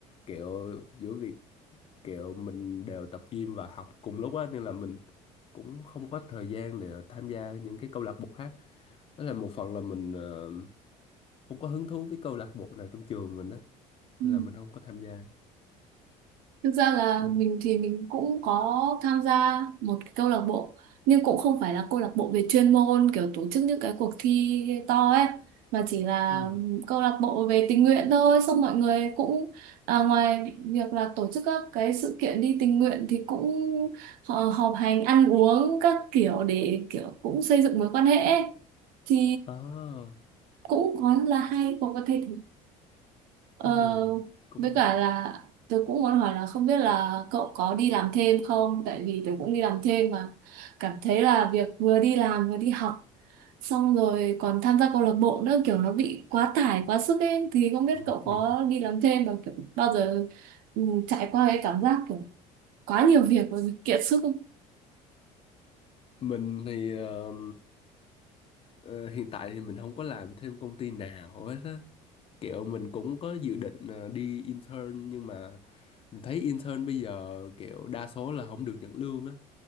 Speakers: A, on the left; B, on the right.
A: kiểu giữa việc kiểu mình đều tập gym và học cùng lúc á nên là mình cũng không có thời gian để tham gia những cái câu lạc bộ khác đó là một phần là mình ờ, không có hứng thú với câu lạc bộ nào trong trường mình á
B: Ừ.
A: nên là mình không có tham gia
B: Thực ra là
A: ừ
B: mình thì mình cũng có tham gia một cái câu lạc bộ nhưng cũng không phải là câu lạc bộ về chuyên môn kiểu tổ chức những cái cuộc thi to ấy mà chỉ là
A: ừ
B: câu lạc bộ về tình nguyện thôi xong mọi người cũng à, ngoài việc là tổ chức các cái sự kiện đi tình nguyện thì cũng họ họp hành ăn uống các kiểu để kiểu cũng xây dựng mối quan hệ ấy. thì
A: à,
B: cũng có là hay có có thể Ờ,
A: ừ cũng
B: với cả
A: được
B: là tôi cũng muốn hỏi là không biết là cậu có đi làm thêm không? Tại vì tôi cũng đi làm thêm mà cảm thấy là việc vừa đi làm vừa đi học xong rồi còn tham gia câu lạc bộ nữa kiểu nó bị quá tải quá sức ấy thì không biết
A: Ồ,
B: cậu
A: đúng
B: có đi làm thêm và kiểu bao giờ ừ, trải qua cái cảm giác kiểu quá nhiều việc và bị kiệt sức không?
A: mình thì ờ, ờ, hiện tại thì mình không có làm thêm công ty nào hết á kiểu mình cũng có dự định ờ, đi intern nhưng mà mình thấy intern bây giờ kiểu đa số là không được nhận lương á